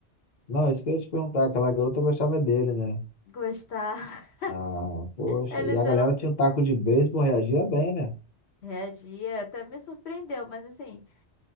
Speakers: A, on the left (about 40°); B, on the left (about 65°).
A: não, isso que eu ia te perguntar, aquela garota gostava dele, né?
B: gostar. <laughs>
A: Ah, poxa,
B: Eles
A: e a galera
B: eram.
A: tinha um taco de beisebol, reagia bem, né?
B: Reagia, até me surpreendeu, mas assim,